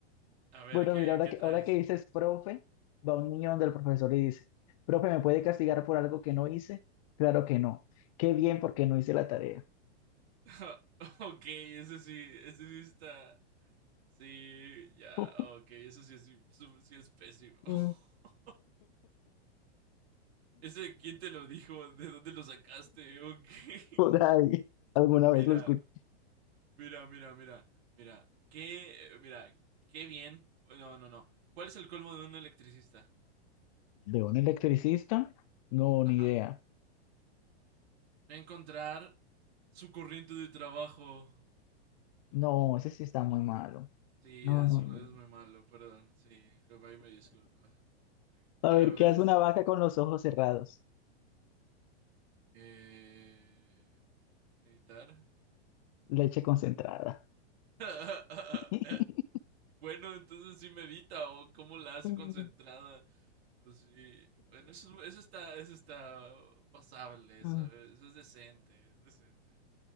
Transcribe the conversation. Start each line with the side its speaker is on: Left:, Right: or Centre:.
Right: a ver,
Left: Bueno,
Right: ¿qué,
Left: mira, ahora
Right: qué
Left: que,
Right: traes?
Left: ahora que dices profe, va un niño donde el profesor y dice, profe, ¿me puede castigar por algo que no hice? Claro que no. Qué bien porque no hice la tarea.
Right: <laughs> ok, ese sí, ese sí está. Sí, ya,
Left: <laughs>
Right: ok, eso sí es, su- sí es pésimo. <laughs>
Left: Mm.
Right: ¿Ese quién te lo dijo? ¿De dónde lo sacaste? Ok. <laughs>
Left: Por ahí, ¿alguna
Right: Mira,
Left: vez lo escuché?
Right: mira, mira, mira, mira, qué, eh, mira, qué bien. No, no, no. ¿Cuál es el colmo de un electricista?
Left: ¿De un electricista? No,
Right: Ajá.
Left: ni idea.
Right: No encontrar su corriente de trabajo.
Left: No, ese sí está muy malo.
Right: Sí,
Left: No,
Right: es,
Left: no,
Right: es muy
Left: no. no.
Right: malo, perdón. Sí, eh, ahí me disculpa.
Left: A
Right: A
Left: ver,
Right: ver.
Left: ¿qué hace una vaca con los ojos cerrados?
Right: eh, meditar.
Left: Leche concentrada.
Right: <laughs>
Left: <laughs>
Right: Bueno, entonces sí medita o cómo la hace
Left: Mm,
Right: concentrada. Pues sí, bueno, eso, es- eso está, eso está pasable,
Left: mm.
Right: ¿sabes? Eso es decente, es decente.